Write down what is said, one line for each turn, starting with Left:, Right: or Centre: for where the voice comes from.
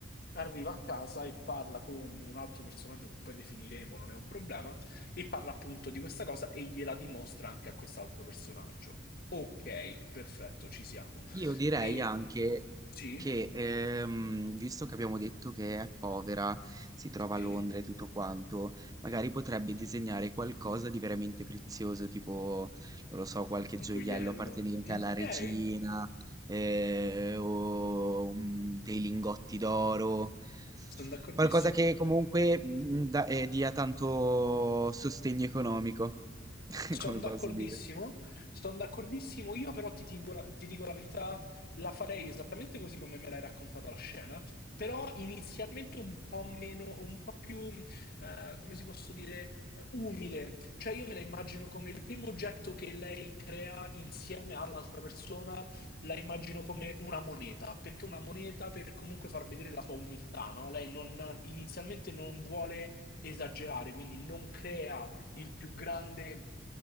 Left: Arriva a casa e parla con un altro personaggio che poi definiremo, non è un problema, e parla appunto di questa cosa e gliela dimostra anche a quest'altro personaggio. Ok, perfetto, ci siamo.
Right: Io direi
Left: E
Right: anche
Left: sì,
Right: che, ehm, visto che abbiamo detto che è povera, si trova a
Left: sì,
Right: Londra e tutto quanto, magari potrebbe disegnare qualcosa di veramente prezioso, tipo, non lo so, qualche gioiello
Left: un gioiello.
Right: appartenente
Left: Ok,
Right: alla regina, eh, o mm, dei lingotti d'oro.
Left: sono d'accordissimo.
Right: Qualcosa che comunque mm, da- eh, dia tanto sostegno economico, <laughs>
Left: Sono
Right: come posso
Left: d'accordissimo,
Right: dire.
Left: sono d'accordissimo, io però ti dico, la, ti dico la verità, la farei esattamente così come me l'hai raccontata la scena, però inizialmente un po' meno, un po' più, eh, come si posso dire, eh, umile, cioè io me la immagino come il primo oggetto che lei crea insieme all'altra persona, la immagino come una moneta, perché una moneta per comunque far vedere la sua umiltà, no? Lei non- inizialmente non vuole esagerare, quindi non crea il più grande